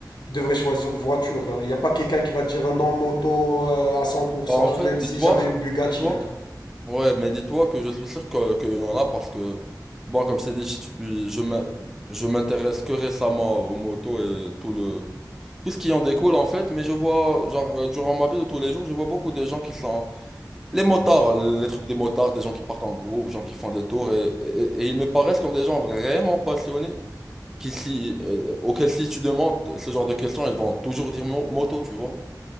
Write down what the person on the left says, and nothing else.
il devrait choisir voiture. hein. Il n'y a pas quelqu'un qui va te dire ah non moto euh, à cent, pour cent,
même
si j'avais une Bugatti.
hein.